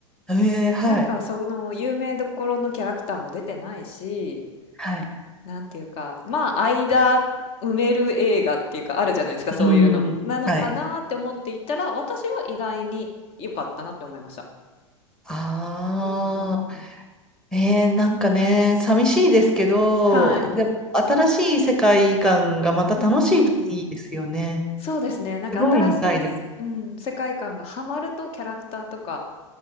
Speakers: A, in the centre; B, on the left.
A: ええはい。
B: なんかその有名どころのキャラクターも出てないし、
A: はい。
B: なんていうか、まあ間埋める映画っていうかあるじゃないですか、そういうの。
A: うん。
B: なのかなって思っていたら、
A: はい。
B: 私は意外に良かったなって思いました。
A: ああ。
B: うんうんうん。
A: えー、なんかね、寂しいですけど、
B: はい。
A: でも新しい世界観がまた楽しいといいですよね。
B: うんうん。そうですね。なんか新しいうん、
A: すごい見たいで
B: 世界観がハマるとキャラクターとか